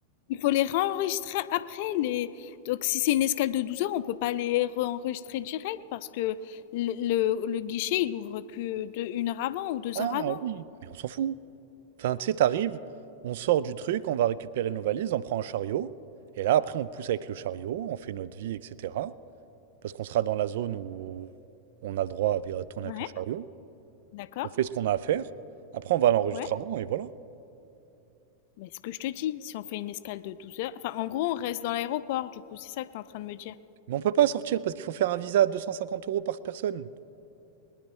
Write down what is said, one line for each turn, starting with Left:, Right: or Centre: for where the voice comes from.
Left: Il faut les réenregistrer après les donc si c'est une escale de 12 heures, on ne peut pas les réenregistrer direct parce que le, le- le guichet, il ouvre que de une heure avant ou deux
Right: Ah
Left: heures avant.
Right: oui. Mais on s'en fout. Enfin, tu sais, t'arrives, on sort du truc, on va récupérer nos valises, on prend un chariot. Et là, après, on pousse avec le chariot, on fait notre vie, etc. Parce qu'on sera dans la zone où on a le droit à tourner
Left: Ouais.
Right: avec un chariot.
Left: D'accord?
Right: On fait ce qu'on a à faire. Après, on va à l'enregistrement
Left: Ouais.
Right: et voilà.
Left: Mais ce que je te dis, si on fait une escale de 12 heures, enfin en gros, on reste dans l'aéroport, du coup, c'est ça que tu es en train de me dire.
Right: Mais on peut pas sortir parce qu'il faut faire un visa à 250 euros par personne